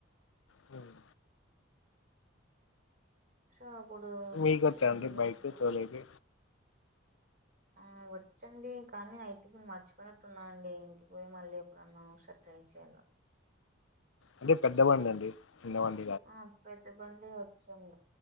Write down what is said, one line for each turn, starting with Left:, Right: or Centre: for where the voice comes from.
Left: వ్మ్
Right: సో అప్పుడు
Left: మీకు వచ్చా
Right: ముగ్గురు
Left: అండి
Right: ముగ్గురు
Left: బైక్ తోలేకి
Right: వ్మ్ వచ్చండి కానీ అయితే మర్చిపోడినట్టున్నా అండి ఇంటికి పోయి మళ్ళీ ఎప్పుడన్నా ఒకసారి ట్రై చేయాలి.
Left: అంటే పెద్దబండి అండి చిన్నబండి
Right: ఆ పెద్దబండి వచ్చండి